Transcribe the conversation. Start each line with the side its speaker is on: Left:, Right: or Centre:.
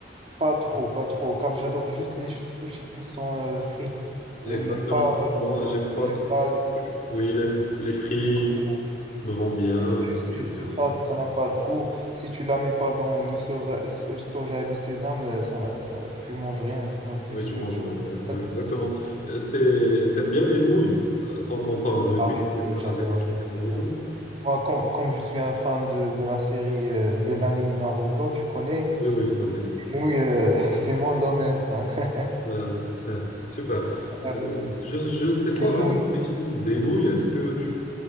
Right: pas trop, pas trop, car j'adore juste les sushis qui sont euh, frits. Je
Left: Exactement
Right: n'aime pas,
Left: comme moi, j'aime pas
Right: ouais,
Left: ceux
Right: pas
Left: qui sont
Right: les,
Left: crus. Oui, les, f- les frits.
Right: les crus, non.
Left: me rend bien,
Right: Les cru, c'est
Left: j'aime
Right: c'est
Left: bien,
Right: fade,
Left: oui.
Right: ça n'a pas de goût. Si tu la mets pas dans du soja, so- soja et du sésame, euh, ça, n'a- ça- tu manges rien, tu manges juste
Left: Oui, tu
Right: quelque
Left: manges
Right: chose
Left: bien, oui,
Right: de
Left: oui,
Right: fade.
Left: exactement. Euh, t'es- T'aimes bien les nouilles? Euh, tant qu'on parle de
Right: Ah
Left: cuisine
Right: ouais, les- j'adore,
Left: asiatique,
Right: les-
Left: t'aimes bien
Right: j'adore.
Left: les nouilles?
Right: Moi, comme, comme je suis un fan de, de la série, euh, de l'anime Naruto, tu connais,
Left: Oui, oui, je connais.
Right: les nouilles, euh, <laughs> c'est mon domaine, ça. <laughs>
Left: Euh, <laughs> super. Euh,
Right: Euh,
Left: je, je ne sais pas
Right: les
Left: vraiment
Right: nouilles
Left: l'origine des nouilles. Est-ce que tu,